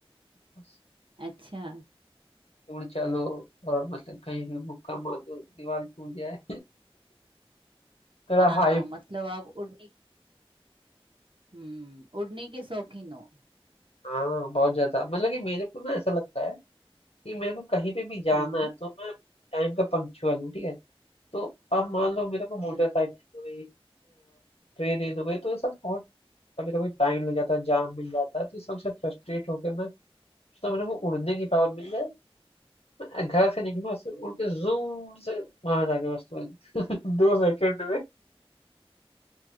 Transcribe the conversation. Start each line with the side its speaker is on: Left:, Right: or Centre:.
Left: बस
Right: अच्छा
Left: उड़ चलो और मतलब कहीं भी मुक्का मार दो दीवार टूट जाए <laughs> थोड़ा
Right: हाँ
Left: हाइप
Right: मतलब आप उड़ने हम्म उड़ने के शौकीन हो
Left: हाँ बहुत ज्यादा मतलब कि मेरे को ना ऐसा लगता है कि मेरे को कहीं पे भी जाना
Right: हाँ
Left: है तो मैं टाइम का पंक्चुअल हूँ ठीक है तो अब मान लो मेरे को मोटरसाइकिल
Right: ओके
Left: हो गई ट्रेन हो गई तो ये सब बहुत कभी कभी टाइम लग जाता है जाम मिल जाता है तो इस सबसे फ्रस्ट्रेट होकर मैं तो मेरे को उड़ने की पावर मिल जाए मैं घर से निकलूँ उससे उड़ के जूम से वहां जाके बस तुरंत <laughs> दो सेकंड